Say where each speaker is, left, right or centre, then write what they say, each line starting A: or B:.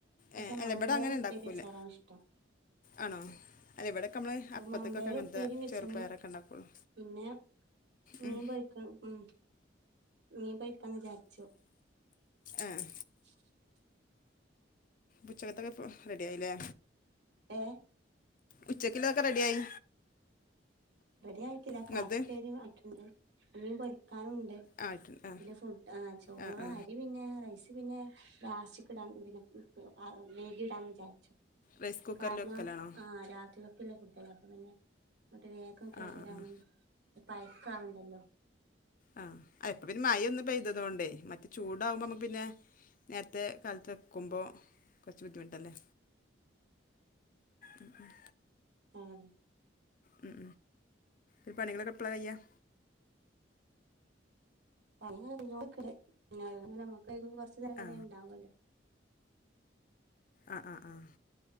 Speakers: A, on the right (about 65°); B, on the left (about 45°).
A: പക്ഷെ
B: ഏ അല്ല
A: മമ്പാപ്പയർ
B: ഇവിടെ അങ്ങനെ
A: ഉപ്പേരി
B: ഉണ്ടാക്കൂല
A: വച്ചാണ് ഇഷ്ടം.
B: ആണോ അല്ല ഇവിടെയൊക്കെ നമ്മൾ
A: അപ്പൊ
B: അപ്പത്തേക്കൊക്കെ
A: മമ്പയർ
B: അങ്ങനത്തെ
A: ഉപ്പേരിയും വെച്ച്ണ്
B: ചെറുപ്പയരൊക്കെ ഉണ്ടാക്കുള്ളൂ.
A: പിന്നെ മീൻ
B: ഉം,
A: പൊരിക്കണം ഉം മീൻ പൊരിക്കാന് വിചാരിച്ചു.
B: ആഹ്
A: <inaudible>
B: ഉച്ചയ്ക്കത്തെ ഇപ്പോ റെഡി ആയില്ലേ?
A: ഏഹ്
B: ഉച്ചയ്ക്കത്തെ എല്ലാം റെഡിയായി.
A: റെഡി ആയിട്ടില്ല
B: എന്നത്
A: കാർ പേരെ ആയിട്ടുണ്ട് ഇനി പൊരിക്കാനുണ്ട്.
B: ആ ഇട്ടുണ്ട് ആ
A: പിന്നെ ഫുഡ് ആഹ് ചോറ്
B: ആ ആ
A: അരി പിന്നെ റൈസ് പിന്നെ ലാസ്റ്റ്ക്ക് ഇടാൻ പിന്നെ. ഇപ്പൊ വേദയെടന്ന് വിചാരിച്ചു
B: റൈസ് കുക്കറിൽ
A: കാരണം
B: വെക്കലാണോ
A: ആഹ് രാത്രി. ഉപ്പ് ഇല്ല ഫുഡ്‌ അപ്പൊ പിന്നെ ഇങ്ങോട്ട് വേഗം കേടു
B: ആ
A: വരാനും
B: ആ
A: പഴക്ക ആവുണ്ടല്ലോ.
B: ആഹ് ഇപ്പൊ പിന്നെ മഴ ഒന്ന് പെയ്തുതോണ്ട് മറ്റേ ചൂടാവുമ്പോ നമ്മുക്ക് പിന്നെ. നേരത്തെ കാലത്ത് വക്കുമ്പോൾ. കുറച്ചു ബുദ്ധിമുട്ടല്ലേ, ഉം ഉം.
A: ഉം
B: ഉം ഉം പണികള് എപ്പള കയ്യുക
A: അങ്ങനെക്ക കൊറച്ചു നേരം വരെ
B: ആ
A: ഉണ്ടാാവുമല്ലോ
B: ആഹ് ആഹ് ആഹ്